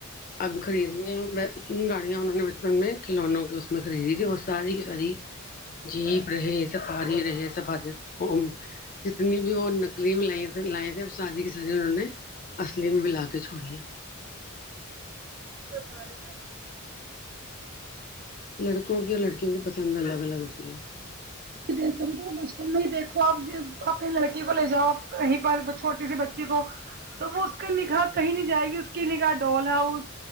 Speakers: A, on the left (about 40°); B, on the right (about 45°).
A: اب خریدنی ہیں اتنی گاڑیاں انہوں نے بچپن میں کھلونوں کے اس میں خریدی تھی اور ساری کی ساری جیپ رہے سفاری رہے سفا چٹ ہو جتنی بھی وہ نقلی لائیں تھے لائیں تھے ساری کی ساری انہوں نے اصلی میں ملا کے چھوڑی ہیں
B: ہم ا رہے ہیں ہم
A: لڑکوں کی اور لڑکیوں کی پسند الگ الگ ہوتی ہے
B: دیکھو بچپن میں ہی دیکھو آپ اپنی لڑکی کو لے جاؤ کہی پر چھوٹی سی بچی کو تو وہ اس کے نگاہ کہیں نہیں جائے گی اس کی نگاح ڈول ہاؤس